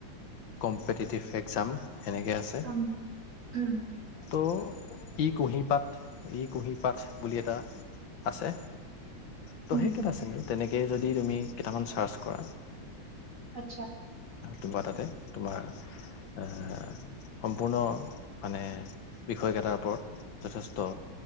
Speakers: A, on the left (about 75°); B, on the right (about 40°).
A: কম্পিটিটিভ এক্সজাম। সেনেকে আছে,
B: উম উম
A: ত' ই কুঁহি পাঠ, ই কুঁহি পাঠ বুলি এটা আছে। ত
B: উম
A: সেইকেইটা
B: উম
A: চেনেল, তেনেক সেই যদি তুমি কেটামান চাৰ্চ কৰা
B: আচ্ছা।
A: তোমা তাতে তোমাৰ এ সম্পূৰ্ণ মানে বিষয় কেইটাৰ ওপৰত যথেষ্ট